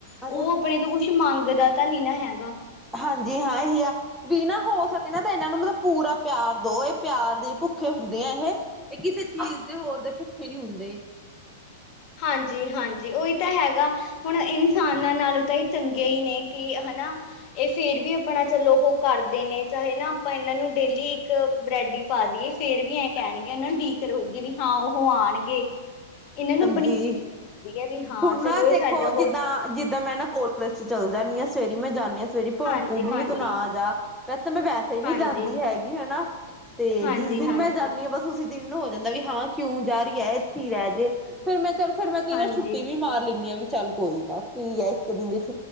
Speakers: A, in the centre; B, on the left (about 35°).
A: ਆਜਾ
B: ਉਹ ਆਪਣੇ ਤੋਂ ਕੁੱਛ ਮੰਗਦਾ ਪਤਾ ਨਹੀਂੀ ਨਾ ਹੈਗਾ
A: ਹਾਂਜੀ ਹਾਂ ਇਹੀ ਆ ਵੀ ਨਾ ਹੋ ਸਕੇ ਨਾ ਤਾਂ ਇਹਨਾਂ ਨੂੰ ਮਤਲਬ ਪੂਰਾ ਪਿਆਰ ਦੋ ਇਹ ਪਿਆਰ ਦੇ ਭੁੱਖੇ ਹੁੰਦੇ ਆ ਇਹ ਇਹ ਕਿਸੇ ਚੀਜ਼ ਦੇ ਹੋਰ ਦੇ ਭੁੱਖੇ ਨੀ ਹੁੰਦੇ
B: ਹਾਂਜੀ ਹਾਂਜੀ ਉਓਹੀ ਤਾਂ ਹੈਗਾ ਹੁਣ ਇਨਸਾਨਾਂ ਨਾਲੋਂ ਤਾਂ ਚੰਗੇ ਹੀ ਨੇ ਕਿ ਹਨਾ ਇਹ ਫੇਰ ਵੀ ਆਪਣਾ ਚਲੋ ਉਹ ਕਰਦੇ ਨੇ ਚਾਹੇ ਨਾ ਆਪਾਂ ਇਹਨਾਂ ਨੂੰ ਡੇਲੀ ਇੱਕ ਬ੍ਰੈਡ ਹੀ ਪਾ ਦੇਏ ਫੇਰ ਵੀ ਇਹ ਕਹਿਣਗੇ ਡੀਕ ਰਹੇਗੀ ਵੀ ਹਾਂ ਉਹ ਆਉਣਗੇ ਇਹਨਾਂ ਨੂੰ
A: ਜੀ,
B: ਹੈ ਵੀ ਹਾਂ
A: ਹੁਣ ਨਾ
B: ਚਲੋ ਇਹ
A: ਦੇਖੋ
B: ਸਾਡਾ
A: ਜਿੱਦਾਂ
B: ਉਹ
A: ਜਿੱਦਾਂ ਮੈਂ ਨਾ ਕੋਲੇਜ ਚ ਚੱਲ ਜਾਂਣੀ ਹਾਂ ਸਵੇਰੀ ਮੈਂ ਜਾਂਨੀ ਹਾਂ। ਸਵੇਰੇ ਭੋਂਕੂਗੀ
B: ਹਾਂਜੀ-ਹਾਂਜੀ,
A: ਵੀ ਤੂੰ ਨਾ ਜਾ ਵੈਸੇ ਮੈਂ ਵੈਸੇ ਹੀ ਨੀ
B: ਹਾਂਜੀ,
A: ਜਾਂਦੀ ਹੈਗੀ ਹੈਨਾ, ਤੇ
B: ਹਾਂਜੀ-ਹਾਂਜੀ,
A: ਜਿਸ ਦਿਨ
B: ਹਾਂਜੀ।
A: ਮੈਂ ਜਾਂਦੀ
B: ਹਾਂਜੀ
A: ਹਾਂ ਬਸ ਓਸੀ ਦਿਨ ਨੂੰ ਹੋ ਜਾਂਦਾ ਵੀ ਹਾਂ ਕਿਉਂ ਜਾ ਰਹੀ ਏ। ਥੀ ਰਹਿ ਜੇ ਫੇਰ ਮੈਂ ਚਲ ਫੇਰ ਮੈਂ ਕਈ
B: ਹਾਂਜੀ
A: ਵਾਰ ਛੁੱਟੀ ਮਾਰ ਲੈਂਦੀ ਹਾਂ ਵੀ ਚੱਲ ਕੋਈ ਨਾ ਕੀ ਹੈ ਇੱਕ ਦਿਨ ਜ ਛੁ